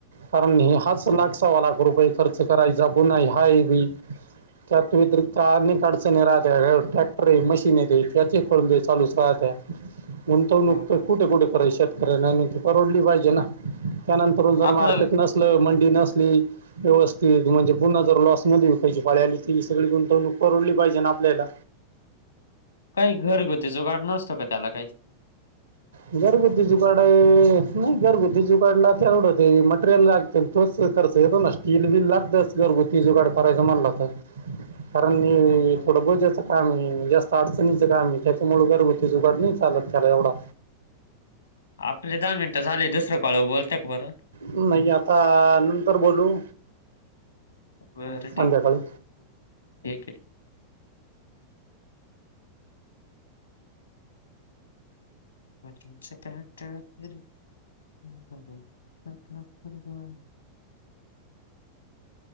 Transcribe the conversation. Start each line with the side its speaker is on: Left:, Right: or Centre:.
Right: कारण हाच
Left: हो.
Right: लाख सव्वा लाख रुपये खर्च करायचा पुन्हा हाय बी. त्यात व्यतिरिक्त अनेक अडचणी राहत्या ट्रॅक्टर आहे मशीन येते त्याचे खोळंबे चालूच राहते, गुंतवणूक
Left: हो
Right: तर
Left: का?
Right: कुठे कुठे करायची शेतात? खरे आहे ना आणि ती परवडली पाहिजे ना त्यानंतर जर
Left: आपलं
Right: मार्केट नसलं मंडी नसली व्यवस्थित म्हणजे पुन्हा जर लॉस मध्ये विकायची पाळली आली तर ही सगळी गुंतवणूक परवडली पाहिजे ना आपल्याला?
Left: काही घरगुती जुगाड नसतो का त्याला काही?
Right: घरघुती जुगाड आहे नाही घरघुती जुगाडला तेवढ ते मटेरियल लागत पण तोच खर्च येतो ना, स्टील बिल लागतंच घरगुती जुगाड करायचा म्हणला तर कारण हे
Left: हो का?
Right: थोडं बोज्याच काम आहे जास्त अडचणीचं काम आहे, त्यात मूळ घरगुती जुगाड नाही चालत त्याला एवढा.
Left: आपले दहा मिनटं झाले, दुसऱ्या कॉल वर बोलता का बरं?
Right: म्हणजे आता नंतर बोलू.
Left: बरं ठीक
Right: संध्याकाळी
Left: आहे, ठीक आहे. <unintelligible> <inaudible>